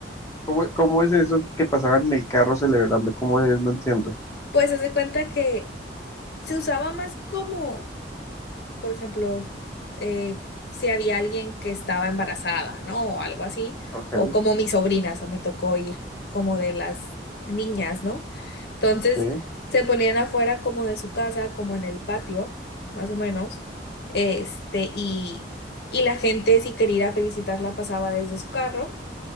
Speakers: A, on the left (about 15°); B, on the left (about 60°).
A: ¿Cómo, cómo es eso que pasaban en el carro celebrando? ¿Cómo es? No entiendo.
B: Pues hace cuenta que se usaba más como por ejemplo, eh, si había alguien que estaba embarazada, ¿no? O algo así,
A: Ok,
B: o como mi sobrina, o sea, me tocó ir como de las niñas, ¿no? Entonces,
A: sí,
B: se ponían afuera como de su casa, como en el patio, más o menos, este, y, y la gente, si quería ir a felicitarla, pasaba desde su carro.